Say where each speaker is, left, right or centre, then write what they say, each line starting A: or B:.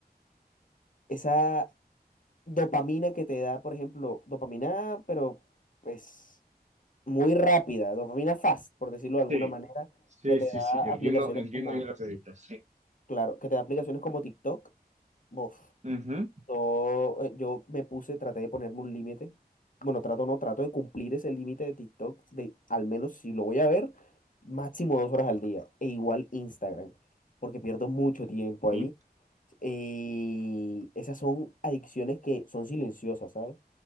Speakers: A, on the left (about 55°); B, on the right (about 45°).
A: esa dopamina que te da, por ejemplo, dopamina, pero pues muy rápida, dopamina fast, por decirlo de alguna
B: Sí,
A: manera,
B: sí,
A: que te
B: sí,
A: da
B: sí. Entiendo,
A: aplicaciones
B: entiendo
A: como,
B: bien lo que dices. Sí.
A: claro, que te da aplicaciones como TikTok. Bof.
B: Ujú.
A: Yo, eh, yo me puse, traté de ponerme un límite. Bueno, trato no, trato de cumplir ese límite de TikTok, de al menos si lo voy a ver, máximo dos horas al día. E igual Instagram, porque pierdo mucho tiempo ahí.
B: Sí.
A: Eh, esas son adicciones que son silenciosas, ¿sabes?